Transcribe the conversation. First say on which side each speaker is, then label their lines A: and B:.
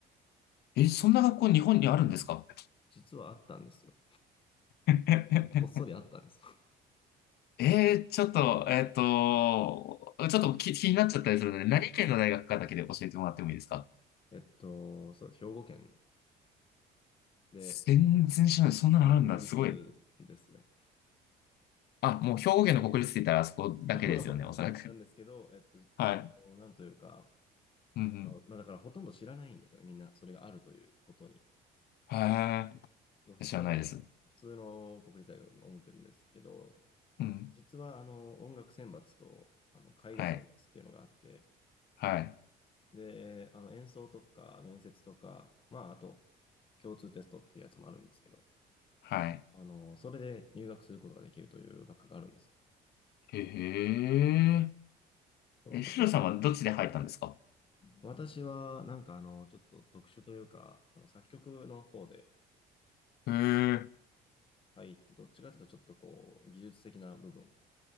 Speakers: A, on the left (about 70°); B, on the left (about 30°).
A: え、そんな学校日本にあるんですか
B: 実はあったんですよ。
A: <laughs>
B: こっそりあったんです。
A: えー、ちょっと、えっと、ちょっと気、気になっちゃったりするので、何県の大学かだけで教えてもらってもいいですか
B: <laughs> えっと、そう、兵庫県で、
A: 全然知らない。そんなのあるんだ。
B: ちなみに国立ですね。
A: すごい。あ、もう兵庫県の国立って言ったらあそこだけですよね、
B: <laughs>
A: おそらく。
B: なんですけど、えっと、
A: はい。
B: あの、なんというか、
A: うん
B: あの、まあ、だからほとんど知らないんですよね。みんな、それがあるということに。
A: うん。へ
B: 普通に、
A: ー。知らないです。
B: 普通の国立大学も思ってるんですけど、
A: うん。
B: 実はあの、音楽選抜と、あの、絵画選抜っていうのがあって、
A: はい。はい。
B: で、あの演奏とか面接とか、まあ、あと共通テストっていうやつもあるんですけど、
A: はい。
B: あの、それで入学することができるという学科があるんですよ。
A: へえ。
B: そう、
A: え、
B: ちょっとね、
A: シロさんはどっちで入ったんですか
B: 私はなんかあの、ちょっと特殊というか、あの作曲の方で
A: へえ。うん
B: 入って、どっちかというとちょっとこう、技術的な部分、